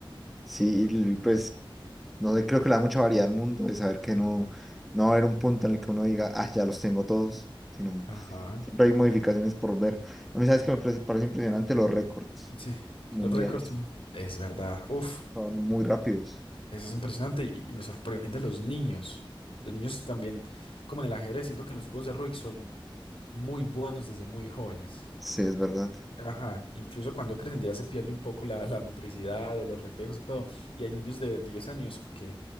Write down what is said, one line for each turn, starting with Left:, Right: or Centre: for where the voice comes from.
Centre: Sí, y pues No creo que le da mucha variedad al mundo de saber que no, no va a haber un punto en el que uno diga, ah, ya los tengo todos, sino
Left: Ajá,
Centre: siempre hay modificaciones por ver. A mí, ¿sabes que Me parece parece impresionante los récords
Left: sí,
Centre: mundiales.
Left: los récords, mm, es verdad, uf.
Centre: Son muy rápidos.
Left: Eso es impresionante y, y me sorprende los niños. Los niños también, como en el ajedrez, siento que en los cubos de Rubik son muy buenos desde muy jóvenes.
Centre: Sí, es verdad,
Left: Ajá, incluso cuando crecen ya se pierde un poco la, la motricidad o los reflejos y todo. Y hay niños de 10 años que